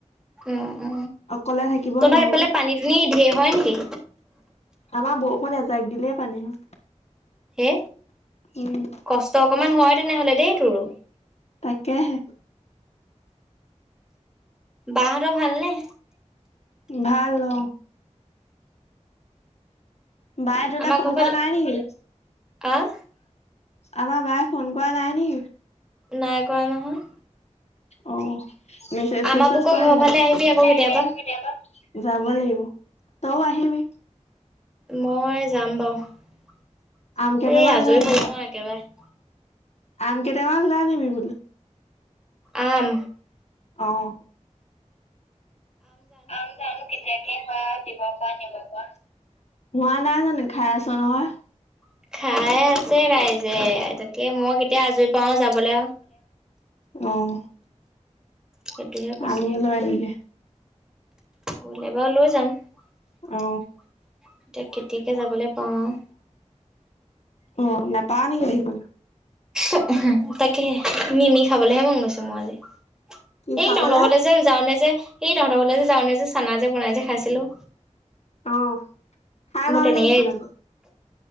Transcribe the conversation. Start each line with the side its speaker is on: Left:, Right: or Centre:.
Centre: উ উ
Left: অকলে থাকিব
Centre: ত
Left: নোৱাৰো
Centre: নহ সফালে
Left: যে
Centre: পানী দুনি ঢেৰ হয় নেকি
Left: আমাৰ বৰষুণ এজাক দিলেে পানী হ'ল।
Centre: হে
Left: উম
Centre: কষ্ট অকমান হয় তেনেহলে দেই তোৰ উ
Left: তাকেহে
Centre: বা হতৰ ভালনেে?
Left: ভাল অ বাই তোলে
Centre: আমাৰ
Left: ফোন
Centre: ঘৰ ফালে
Left: কৰা নাই নেকি
Centre: আহ
Left: আমাৰ বাই ফোন কৰা নাই নি
Centre: নাই কৰা নহয়
Left: অ মেছেজ
Centre: আমাৰ
Left: চেছেজ
Centre: বুকৰ
Left: কৰে
Centre: ঘৰৰ
Left: নেই
Centre: ফালে আহিবি আকৌ কেতিয়াবা।
Left: যাব লাগিব তও আহিবি
Centre: মই যাম বাৰু এই আজৰি
Left: আম কেইটামান
Centre: এই আজৰি
Left: লৈ আনিবি
Centre: হৈ লওঁ একেবাৰে
Left: আম কেইটামান লৈ অনিবি বোলো
Centre: আম
Left: আহ আম জানো কেতিয়া কে হয় দিব পৰা নিব পৰা হোৱা নাই জানো খাই আছ নহয়।
Centre: <unintelligible> ঠাই আছে ৰাইজে তাকে মই কেতিয়া আজৰি পাও যাবলৈ আৰু
Left: অ',
Centre: সেইটোহে কৈছো।
Left: আমি লয় <unintelligible>
Centre: গ'লে বাৰো লৈ যাম। এতিয়া
Left: অ
Centre: কেতিয়াকে যাবলৈ পাওঁ।
Left: অ', নাপাও নেকি আহিবলে?
Centre: <inaudible> তাকে মিমি খাবলেহে মন গৈছে মোৰ আজি
Left: কি
Centre: এই
Left: খাবলে
Centre: টাউনৰ ফালে যাওঁনে যে সেই তহঁতৰ ঘৰলে যে যাওঁনে যে চানা যে বনাই যে খাইছিলো
Left: অ', খাই
Centre: মোৰ
Left: ভাল
Centre: তেনেকে
Left: লাগিছিল আকৌ